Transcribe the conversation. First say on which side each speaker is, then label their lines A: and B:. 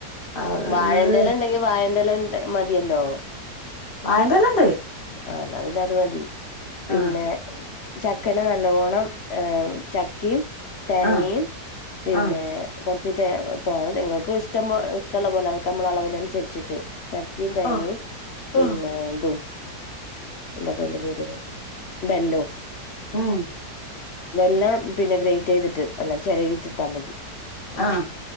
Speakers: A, on the left; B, on the left.
A: അഹ്
B: വഴന്റെല ഇണ്ടെങ്കില് വഴന്റെല മതിയല്ലോ
A: വായന്റെലണ്ട്
B: ആ ന്നാ പിന്റെ അത് മതി പിന്നെ
A: ആഹ്
B: ചക്കന നല്ലോണം ഏ ചക്കയും തേങ്ങയും
A: ആഹ്
B: പിന്നെ
A: ആഹ്
B: കുറച്ച് തെ തോ നിങ്ങൾക്ക് ഇഷ്ട ഇഷ്ടള്ള പോലെനമ്മളളവിനുരിച്ചിട്ട് ചക്കിയും തേങ്ങയും
A: ആഹ്
B: പിന്നെ
A: ആഹ്
B: ദും- എന്തപ്പാ അയിന്റ പേര് ബെല്ലോ
A: ആഹ
B: വെല്ലാം പിന്നെ ഗ്രേറ്റ് ചെയ്തിട്ട് അല്ല ചിരകിട്ടിട്ടാ മതി
A: ആഹ്